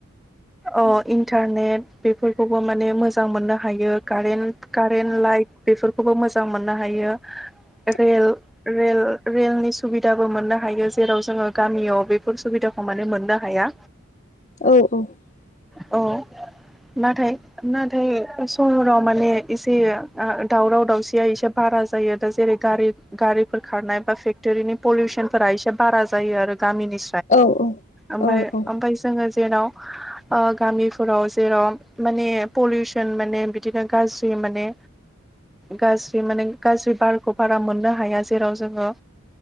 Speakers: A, in the centre; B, on the left.
A: अ इन्टारनेट बेफोरखौबो माने मोजां मोननो हायो। कारेन्ट कारेन्ट लाइट बेफोरखौबो मोजां मोननो हायो।
B: <inaudible>
A: रेल रेल रेलनि सुबिदाबो मोननो हायो जेराव जोङो गामियाव बेफोर सुबिदाखौ माने मोननो हाया।
B: औ औ <inaudible>
A: औ नाथाय नाथाय सहराव माने एसे दावराव दावसिया एसे बारा जायो दा जेरै गारि गारिफोर खारनाय बा फेक्ट'रिनि पलिउसनफोरा एसे बारा जायो आरो गामिनि
B: औ
A: ओम
B: औ
A: ओमफ्राय
B: औ
A: जोङो जेराव गामिफोराव जेराव माने पलिउसन माने बिदिनो गाज्रि माने गाज्रि माने गाज्रि बारखौ बारा मोननो हाया जेराव जोङो